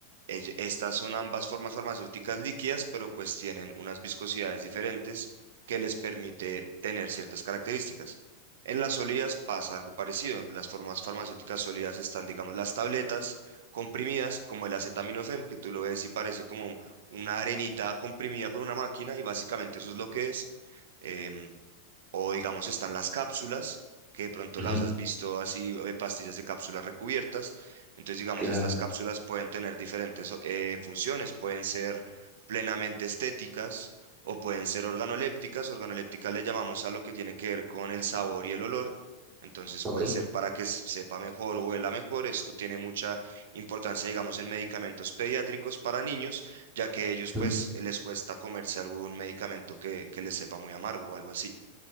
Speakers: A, on the right; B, on the right.
A: Ell- Estas son ambas formas farmacéuticas líquidas, pero pues tienen unas viscosidades diferentes que les permite tener ciertas características. En las sólidas pasa algo parecido. En las formas farmacéuticas sólidas están, digamos, las tabletas comprimidas, como el acetaminofén, que tú lo ves y parece como una arenita comprimida con una máquina, y básicamente eso es lo que es. em, o digamos están las cápsulas, que de pronto
B: Ujú,
A: las has visto así, eh, pastillas de cápsulas recubiertas. Entonces, digamos,
B: Claro.
A: estas cápsulas pueden tener diferentes eh, funciones, pueden ser plenamente estéticas o pueden ser organolépticas. Organolépticas le llamamos a lo que tiene que ver con el sabor y el olor. Entonces
B: ¿Ok?
A: puede ser para que s- sepa mejor o huela mejor. Esto tiene mucha importancia, digamos, en medicamentos pediátricos para niños, ya que ellos pues
B: Ujú.
A: les cuesta comerse algún medicamento que, que les sepa muy amargo o algo así.